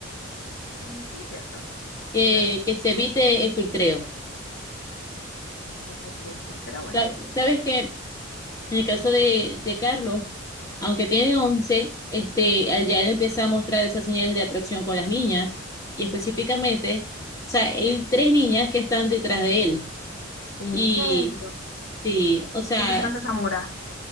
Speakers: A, on the left; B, on the left.
A: Mm, Sí, es cierto,
B: que,
A: sí, es verdad,
B: que se evite el filtreo.
A: eso es cierto. Pero bueno,
B: Sa- Sabes que en el caso de, de Carlos, aunque tiene 11 este, al ya él empieza a mostrar esas señales de atracción con las niñas, y específicamente, o sea, hay tres niñas que están detrás de él.
A: en
B: Y
A: serio,
B: sí, o sea,
A: ¿quiénes son esas samuras?